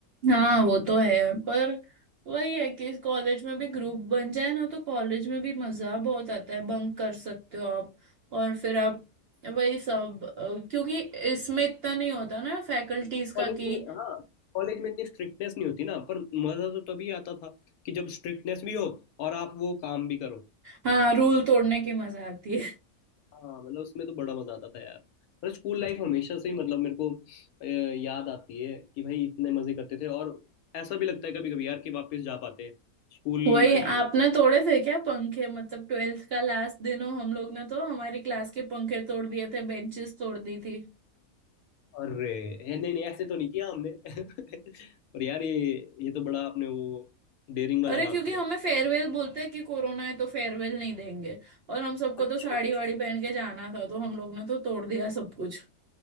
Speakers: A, on the right; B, on the left.
A: हाँ वो तो है पर वही है कि कॉलेज में भी ग्रुप बन जाए ना तो कॉलेज में भी मजा बहुत आता है बंक कर सकते हो आप और फिर आप वही सब अ, क्योंकि इसमें इतना नहीं होता ना फैकल्टीज
B: कॉलेज
A: का कि
B: में हाँ कॉलेज में इतनी स्ट्रिक्टनेस नहीं होती ना पर मजा तो तभी आता था कि जब स्ट्रिक्टनेस भी हो और आप वो काम भी करो
A: हाँ रूल तोड़ने की मजा आती
B: हाँ मतलब उसमें तो बड़ा मजा आता था यार पर स्कूल
A: है
B: लाइफ हमेशा से ही मतलब मेरे को अ, याद आती है कि भाई इतने मजे करते थे और ऐसा भी लगता है कभी कभी यार कि वापस जा पाते स्कूल
A: वही
B: लाइफ
A: आपने तोड़े थे क्या पंखे मतलब ट्वेल्थ का लास्ट दिन हो हम लोग ने तो हमारी क्लास के पंखे तोड़ दिए थे बेंचेस तोड़ दी थी
B: अरे है, नहीं नहीं ऐसे तो नहीं किया हमने <laughs> पर यार ये ये तो बड़ा आपने वो डेयरिंग वाला
A: अरे
B: काम
A: क्योंकि
B: किया
A: हमें फेयरवेल बोलते हैं कि कोरोना है तो फेयरवेल नहीं देंगे और हम सबको
B: अच्छा
A: तो साड़ी वाड़ी पहन के जाना था तो हम लोग ने तो तोड़ दिया सब कुछ